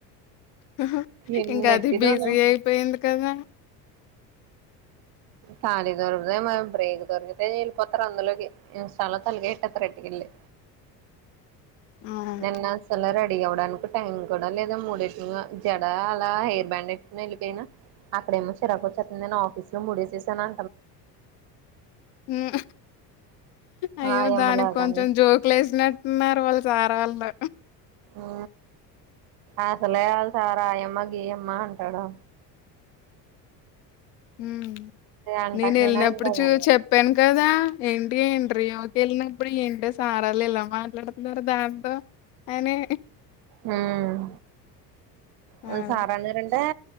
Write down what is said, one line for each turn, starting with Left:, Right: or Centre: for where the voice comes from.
Left: హహ
Right: ఎన్నెట్టిదానో
Left: ఇంకా అది బిజీ అయిపోయింది కదా
Right: ఖాళి దొరికుతే మరి బ్రేక్ దొరికితే వెళ్ళిపోతారు అందులోకి ఇంస్టాలోకి తలకాయఎట్టెతారు ఎత్తుకెళ్ళి
Left: అవును.
Right: నిన్న సలరా రెడీ అవడానికు టైం కూడా లేదా మూడేసుకోని జడ అలా హెయిర్ బ్యాండ్ ఎట్టుకుని వెళ్ళిపోయినా అక్కడేమో చిరాకు వచేత్తంది అని ఆఫీస్ లో ముడేసేసాన
Left: ఉమ్ అయ్యో
Right: ఆయమ్మలాగాని
Left: దానికి కొంచెం జోకులు వేసినట్టున్నారు వాళ్ళ సార్ వాళ్ళు
Right: ఊ అసలే ఆళ్ళ సార్ ఆయమ్మ గీయమ్మ అంటాడు
Left: ఊ
Right: అంటాకైనా
Left: నేను వెళ్ళినప్పుడు
Right: ఇంకా
Left: చూ
Right: ఉమ్
Left: చెప్పాను కదా ఏంటీ ఇంటర్వ్యూ కి వెళ్ళినప్పుడు ఏంటి సార్ వాళ్ళు ఇలా మాట్లాడుతున్నారు దాంతో అయినే
Right: ఉమ్ వాళ్ళ
Left: అదే.
Right: సార్ న్నరంటా